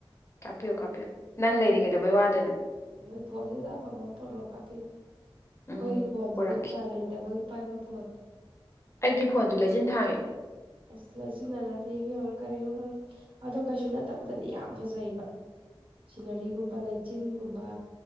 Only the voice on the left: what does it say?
ꯀꯥꯞꯄꯤꯌꯨ ꯀꯥꯞꯄꯤꯌꯨ ꯅꯪ ꯂꯩꯔꯤ ꯀꯩꯗꯧꯕꯩ ꯋꯥꯗꯣꯢꯅꯣ
ꯎꯝ
ꯄꯣꯔꯛꯀꯦ
ꯑꯩꯒꯤ ꯐꯣꯟꯗꯨꯣ ꯂꯩꯆꯤꯟ ꯊꯥꯡꯉꯦ